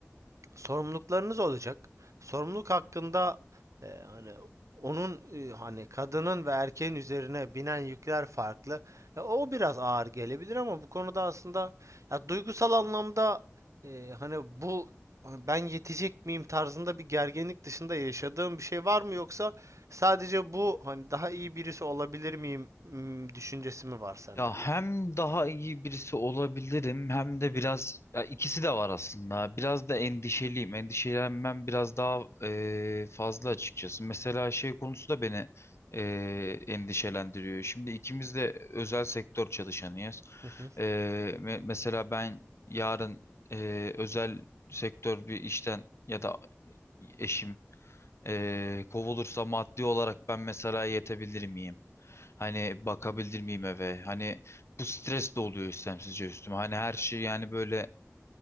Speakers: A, on the right; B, on the left.
A: sorumluluklarınız olacak. Sorumluluk hakkında e, hani onun e, hani kadının ve erkeğin üzerine binen yükler farklı. E, o biraz ağır gelebilir ama bu konuda aslında ya duygusal anlamda e, hani bu hani ben yetecek miyim tarzında bir gerginlik dışında yaşadığım bir şey var mı yoksa sadece bu hani daha iyi birisi olabilir miyim mm, düşüncesi mi var sende?
B: Ya hem daha iyi birisi olabilirim hem de biraz ya ikisi de var aslında. Biraz da endişeliyim. Endişelenmem biraz daha eee, fazla açıkçası. Mesela şey konusu da beni eee, endişelendiriyor. Şimdi ikimiz de özel sektör çalışanıyız.
A: Hı hı.
B: Eee, me- mesela ben yarın eee, özel sektör bir işten ya da eşim ee, kovulursa maddi olarak ben mesela yetebilir miyim? Hani bakabilir miyim eve? Hani bu stres de oluyor istemsizce üstüme. Hani her şey yani böyle